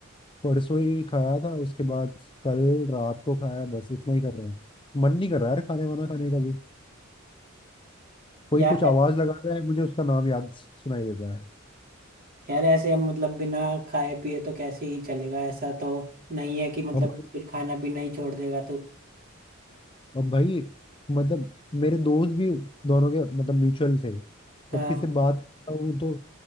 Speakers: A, on the left; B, on the right.
A: परसों ही खाया था उसके बाद कल रात को खाया बस इतना ही कर रहा हूँ मन नहीं कर रहा यार खाने वाना खाने का कोई
B: यार
A: कुछ आवाज लगाता है मुझे उसका नाम याद सुनाई देता है
B: यार ऐसे हम मतलब बिना खाए पिए तो कैसे ही चलेगा ऐसा तो नहीं है कि मतलब
A: अब
B: बिल्कुल खाना पीना ही छोड़ देगा तू
A: अब भाई मतलब मेरे दोस्त भी दोनों के मतलब म्यूचुअल थे
B: हाँ
A: तो किसी से बात करता हूँ तो